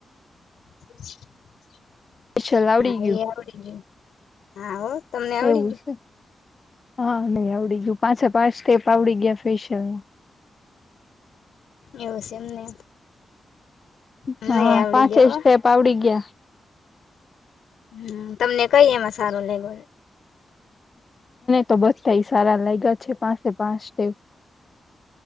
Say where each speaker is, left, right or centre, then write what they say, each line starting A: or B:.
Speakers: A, on the left (about 85°); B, on the left (about 30°).
A: <inaudible>
B: ફેશિયલ આવડી
A: હા એ આવડી, હા હો તમને
B: ગયું
A: આવડી
B: એવું
A: ગું?
B: છે હા નહી આવડી ગયું પાછા પાંચ તેપ આવડી ગયા ફેશિયલ.
A: એવું છે એમને? અમને
B: હા
A: આવડી
B: પાંચે
A: ગયો
B: જ
A: હો
B: સ્ટેપ આવડી ગયા.
A: હ તમને કઈ એમાં સારું લેવોય?
B: તો સારા લાગ્યા છે પાસે પાંચ ટેવ.